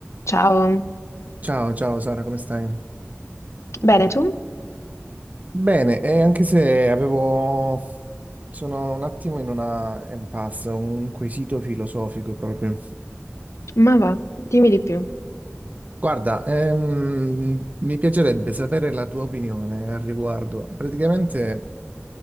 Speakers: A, on the left (about 85°); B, on the right (about 35°).
A: Ciao,
B: Ciao, ciao Sara, come stai?
A: bene tu?
B: Bene, e anche se avevo... sono un attimo in una impasse, un quesito filosofico proprio.
A: Ma va, dimmi di più.
B: Guarda, ehm, mi piacerebbe sapere la tua opinione al riguardo. Praticamente